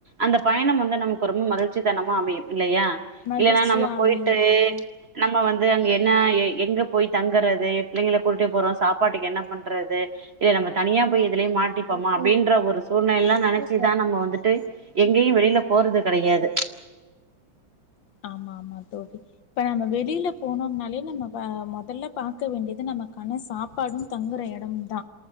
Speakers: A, on the right; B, on the left.
A: அந்த பயணம் வந்து நமக்கு ரொம்ப மகிழ்ச்சி தனமா அமையும் இல்லையா
B: மகிழ்ச்சியா
A: இல்லைன்னா நம்ம போயிட்டு
B: அமையும் தோழி.
A: நம்ம வந்து அங்க என்ன எ எங்க போய் தங்கறது எ பிள்ளைங்கள கூட்டிட்டே போறோ சாப்பாட்டுக்கு என்ன பண்றது இல்ல நம்ம தனியா போய் எதுலயோ மாட்டிப்போமா அப்டின்ற ஒரு சூழ்நிலை யெல்லா நெனைச்சிதா நம்ம வந்துட்டு எங்கயு வெளியில போறது கெடையாது
B: ஆமா ஆமா தோழி இப்ப நம்ம வெளியில போனோம்னாலே நம்ம வ மொதல்ல பாக்க வேண்டியது நமக்கான சாப்பாடு தங்குற எடமு தா